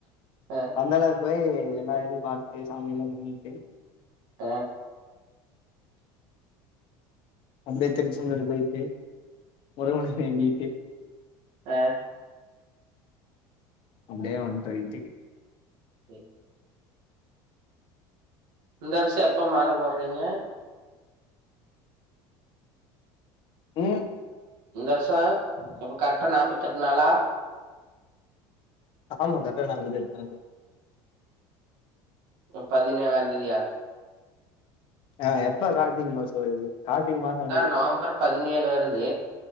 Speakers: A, on the right (about 80°); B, on the left (about 55°).
A: ஆ
B: பந்தாளத்துக் போயி எல்லா எடத்தயு பாத்துட்டு சாமியெல்லா கும்புட்டு
A: ட
B: அப்டியே திருச்செந்தூர் போயிட்டு முருகன வேண்டிட்டு
A: அ
B: அப்டியே வன்டோ வீட்டுக்கு
A: சேரி இந்த வருஷோ எப்ப மால போட்றீங்க
B: ம்
A: இந்த வருஷோ இப்போ கரெக்ட்டா நாபத்தெட்டு நாளா
B: ஆமா கரெக்ட்டா நப்பத்தெட்டு நாள் தா
A: ம் பதினேழாந்தேதியா
B: ஆ எப்ப கார்த்திக மாசோ வருது கார்த்திக மாசோ
A: ஆ நவம்பர் பதினேழு வருது